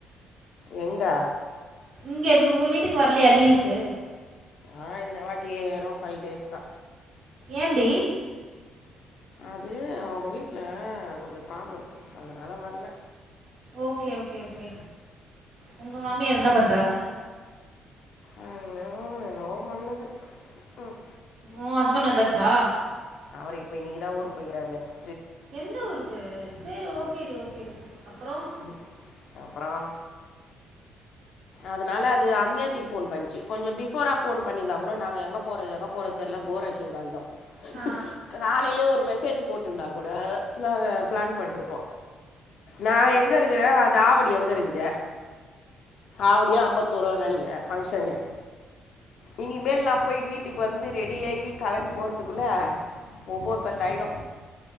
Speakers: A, on the left (about 70°); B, on the right (about 80°).
A: எங்க
B: இங்க உங்க வீட்டுக்கு வரலயா லீவுக்கு
A: ஆ இந்த வாட்டியே ஏறோ ஃபைவ் டேஸ் தா
B: ஏன்டி
A: அது அவுங்க வீட்ல கொஞ்சோ ப்ராப்ளம் அதனால வர்ல
B: ஓகே ஓகே ஓகே உங்க மாமியார் என்ன பண்றாங்க
A: அது என்னவோ பண்ணுது ம்
B: ஓ ஹஸ்பண்ட் வந்தாச்சா
A: அவரு இப்போ இன்னிக்கி தா ஊருக்கு போய்கிறார் நெக்ஸ்
B: எந்த ஊருக்கு சரி ஓகேடி ஓகேடி அப்புறம்
A: ம் அப்பறாம் அதனால அது அன்யாத்தி ஃபோன் பன்ச்சு கொஞ்சம் பிஃபோரா போன் பண்ணிருந்தா கூட நாங்க எங்க போறது எங்க போறது ல்ல போராட்சிங்கந்தோம்
B: ஆ
A: காலையிலயே ஒரு மேசே சேஜ் போட்டுருந்தா கூட நாங்க பிளான் பண்ட்ருப்போ நா எங்க இருக்கறே அது ஆவடி எங்க இருக்குத ஆவடியா ஐம்பத்தூரோனு நெனைக்கிறே ஃபங்க்ஷனு இனிமேல் நான் போய் வீட்டுக்கு வந்து ரெடி ஆகி கெளம்பி போறதுக்குள்ள ஒம்போது பத்தாயிடு